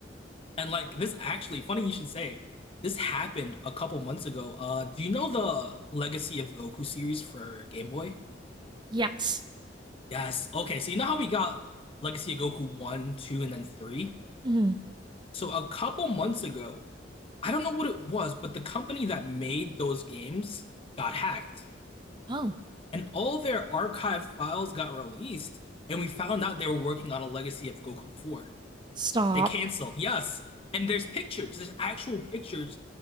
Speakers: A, on the left; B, on the right.
A: And like this actually, funny you should say, this happened a couple months ago. Uh, do you know the Legacy of Goku series for Game Boy?
B: Yes.
A: Yes. Okay, so you know how we got Legacy of Goku 1, 2, and then 3?
B: Mhm.
A: So a couple months ago, I don't know what it was, but the company that made those games got hacked.
B: Oh,
A: And all their archived files got released, and we found out they were working on a legacy of Goku 4
B: stop.
A: that they canceled. Yes. And there's pictures, there's actual pictures